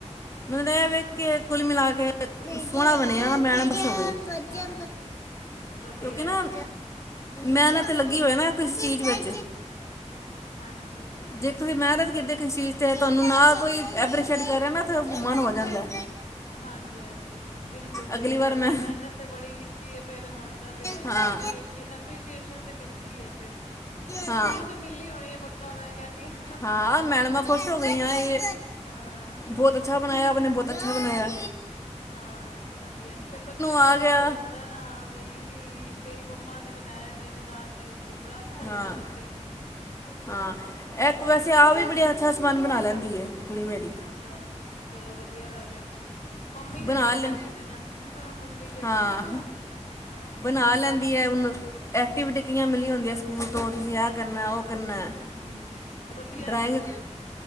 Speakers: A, on the left (about 25°); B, on the left (about 85°).
A: ਮਤਲਬ ਇਹ ਵ ਕੁਲ ਮਿਲਾ ਕੇ ਸੋਹਣਾ ਬਣਿਆ, ਮੈਡਮ ਖੁਸ਼ ਹੋਗੀ।
B: ਹਾਂਜੀ ਵਧੀਆ
A: ਕਿਉਂਕਿ ਨਾ
B: ਹੈ
A: ਮੈਨਤ ਲੱਗੀ ਹੋਏ ਨਾ ਕਿਸੇ ਚੀਜ਼ ਵੇਚ
B: ਹਾਂਜੀ।
A: ਜੇ ਤੁਸੀਂ ਮੈਹਨਤ ਕੀਤੀ ਕਿਸੀ ਚੀਜ਼ ਚ ਤੁਆਨੂੰ ਨਾ ਕੋਈ ਐਪਰੀਸ਼ੀਏਟ ਕਰੇ ਨਾ ਤੇ ਮਨ ਹੋ ਜਾਂਦੈ।
B: ਹਾਂਜੀ-ਹਾਂਜੀ, ਨਹੀਂ ਬਿਲਕੁਲ ਸਹੀ
A: ਅਗਲੀ ਵਾਰ
B: ਗੱਲ
A: ਮੈਂ
B: ਏ, ਮੈਹਨਤ ਤੇ ਬੜੀ ਕੀਤੀ ਏ ਫੇਰ ਹੋੰਦਾ ਤੇ ਐ
A: ਹਾਂ
B: ਆਧ ਤੀਏ ਸੀ਼ ਐਪਰੀਸੀਏਸ਼ਨ ਤੇ ਮਿਲਦੀ ਏ ਫੇਰ।
A: ਹਾਂ
B: ਸਕੂਲੋਂ ਤੇ ਮਿਲੀ ਹੋਣੀ ਏ ਪਕ ਕਾ ਮੈਂ ਕੈੰਣੀ ਆਂ।
A: ਹਾਂ, ਮੈਡਮਾਂ ਖੋਸ਼ ਹੋ ਗਈਆਂ ਏਹ
B: ਹਾਂ
A: ਬੌਤ ਅੱਛਾ ਬਣਾਯਾ ਆਪ ਨੇ ਬੌਤ ਅੱਛਾ ਬਣਾਯਾ।
B: ਹਾਂ, ਵਧੀਆ ਐ ਫੇਰ ਬੱਚਾ ਵੀ
A: ਆ
B: ਖੁਸ਼
A: ਗਿਆ
B: ਹੋ ਜਾਂਦਾ ਐਨਾ ਹਾਂ ਬਈ ਕੀ ਮੇਰੀ ਮੰਮਾ ਨੇ ਬਣਾਯਾ ਐ ਮੇਰੇ ਨਾਲ ਮਿਲ ਕੇ, ਬੜਾ ਅੱਛਾ ਲੱਗਦਾ
A: ਹਾਂ
B: ਐ ਬੱਚੇ ਨੂੰ ਵੀ।
A: ਹਾਂ, ਐ ਇੱਕ ਵੈਸੇ ਆਹ ਵੀ ਬੜੇ ਅੱਛਾ ਸਮਾਨ ਬਣਾ ਲੈਂਦੀ ਏ ਕੁੜੀ ਮੇਰੀ।
B: ਅੱਛਾ-ਅੱਛਾ। ਚਲੋ ਵਧੀਆ ਗੱਲ ਏ। ਮੰਮੀ ਦੇ
A: ਬਣਾ
B: ਗੋਣ
A: ਲੈ
B: ਹੈਗੇ ਨੇ ਨਾ, ਮੰਮੀ ਦੇ
A: ਹਾਂ
B: ਗੋਣ ਹੈਗੇ ਨੇ। ਹਾਂ।
A: ਬਣਾ ਲੈਂਦੀ ਏ ਹੁਣ, ਐਕਟੀਵਿਟੀ ਕਈਆਂ ਮਿਲੀ ਹੁੰਦੀਐਂ ਸਕੂਲ ਤੋਂ ਤੁਸੀਂ ਐਹ ਕਰਨੈ ਓਹ ਕਰਨ ਐ।
B: ਹਮ ਵਧੀਆ
A: ਡਰਾਇੰਗ
B: ਹੋਰ ਕੀ